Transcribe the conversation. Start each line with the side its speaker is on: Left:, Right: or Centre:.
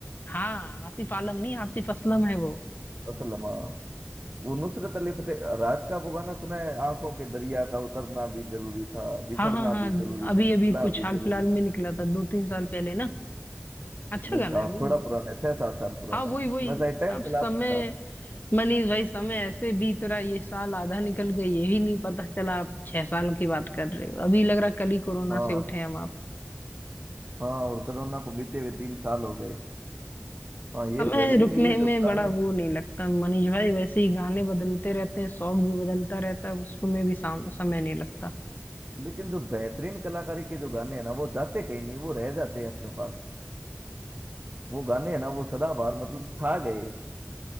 Left: हाँ आतिफ आलम नहीं आतिफ असलम
Right: हाँ,
Left: है वो
Right: असलम हाँ वो नुसरत अली फतेह राहत का वो गाना सुना है आंखों के दरिया का उतरना भी जरूरी था बिछड़ना
Left: हाँ हाँ हाँ
Right: भी जरूरी
Left: अभी
Right: था
Left: अभी
Right: मिलना
Left: कुछ
Right: भी
Left: हाल
Right: जरूरी
Left: फिलहाल
Right: था
Left: में निकला था दो तीन साल पहले ना अच्छा
Right: नहीं
Left: गाना
Right: साहब
Left: है वो
Right: थोड़ा पुराना है छह सात साल पुराना
Left: हाँ वही वही
Right: मैं शायद टेंथ
Left: अब समय
Right: क्लास में था
Left: मनीष भाई समय ऐसे बीत रहा है, ये साल आधा निकल गया ये भी नहीं पता चला आप छह साल की बात कर रहे हो अभी लग रहा कल ही कोरोना
Right: हाँ
Left: से उठे हम
Right: हाँ और कोरोना को बीते हुए तीन साल हो गए हाँ ये
Left: हमें
Right: तो है लेकिन
Left: रुकने
Right: ये जो
Left: में बड़ा
Right: गाने
Left: वो नहीं लगता मनीष भाई वैसे ही गाने बदलते रहते हैं शौक भी बदलता रहता है उसको में भी साम, समय नहीं लगता
Right: लेकिन जो बेहतरीन कलाकारी के जो गाने हैं ना वो जाते कहीं नहीं वो रह जाते हैं अपने पास वो गाने हैं ना वो सदाबहार मतलब छा गए